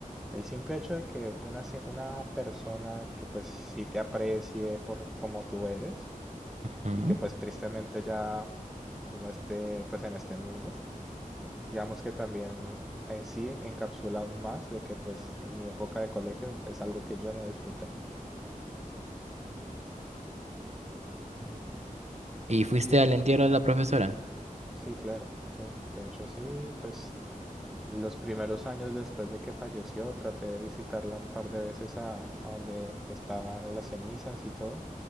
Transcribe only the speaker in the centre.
el simple hecho de que una, si- una persona que pues sí te aprecie por como tú eres
y que pues tristemente ya no esté pues en este mundo, digamos que también en sí encapsula aún más de que pues mi época de colegio es algo que yo no disfruté. Mm.
Sí, claro, sí. De hecho, sí, pues los primeros años después de que falleció traté de visitarla un par de veces a, a donde estaban las cenizas y todo,